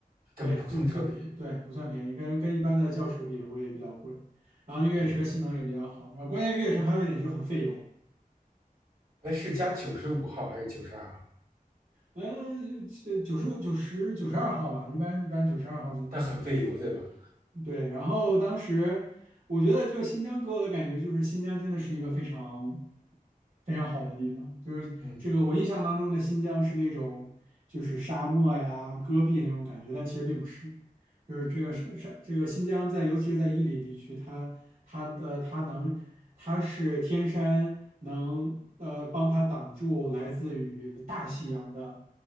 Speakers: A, on the right; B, on the right.
A: 跟普通车比，
B: 对，就不算对不算便宜，跟跟一般的轿车比会比较贵，然后那越野车性能也比较好，
A: 嗯。
B: 然后关键越野车还有一点就很费油，
A: 哎，是加九十五号还是九十二号？
B: 呃呃九十五九十九十二号吧，一般一般九十二号就可以。
A: 但很费油，对吧？
B: 对，然后当时我觉得就新疆给我的感觉就是新疆真的是一个非常非常好的地方，就是这个我印象当中的新疆是那种就是沙漠呀、
A: 嗯，
B: 戈壁那种感觉，但其实并不是，就是这个是是这个新疆在尤其是在伊犁地区，它它的它能它是天山能呃帮它挡住来自于大西洋的